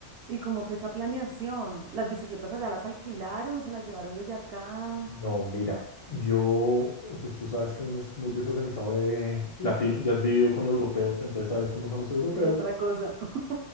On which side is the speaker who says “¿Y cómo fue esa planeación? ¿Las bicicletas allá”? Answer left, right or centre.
Right